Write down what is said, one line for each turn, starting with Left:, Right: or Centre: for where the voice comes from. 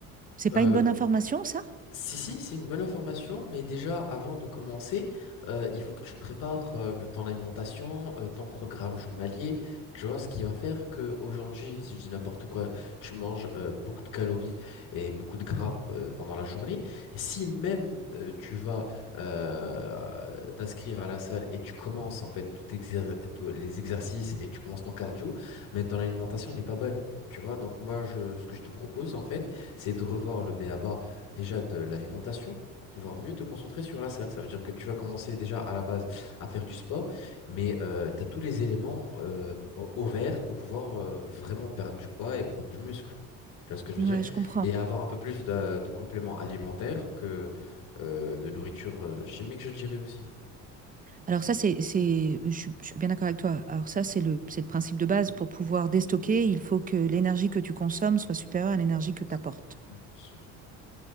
Right: C'est
Left: Euh,
Right: pas une bonne information, ça
Left: Si, si, c'est une bonne information, mais déjà avant de commencer, euh, il faut que tu te prépares euh, ton alimentation, euh, ton programme journalier, tu vois, ce qui va faire que aujourd'hui, si je dis n'importe quoi, tu manges euh, beaucoup de calories et beaucoup de gras euh, pendant la journée. Si même euh, tu vas euh, t'inscrire à la salle et tu commences en fait tout exer- tous les exercices et tu commences ton cardio, mais ton alimentation n'est pas bonne. Tu vois, donc moi, je, ce que je te propose, en fait, c'est de revoir le BABA déjà de l'alimentation pour pouvoir mieux te concentrer sur la salle. Ça veut dire que tu vas commencer déjà à la base à faire du sport, mais tu as tous les éléments euh, au au vert pour pouvoir euh, vraiment perdre du poids et prendre du muscle. Tu vois ce que je
Right: Ouais,
Left: veux dire?
Right: je comprends.
Left: Et avoir un peu plus de, de compléments alimentaires que euh, de nourriture euh, chimique, je dirais aussi.
Right: Alors ça, c'est, c'est, je, suis je suis bien d'accord avec toi. Alors ça, c'est le, c'est le principe de base. Pour pouvoir déstocker, il faut que l'énergie que tu consommes soit supérieure à l'énergie que
Left: C'est-
Right: tu apportes.
Left: c'est-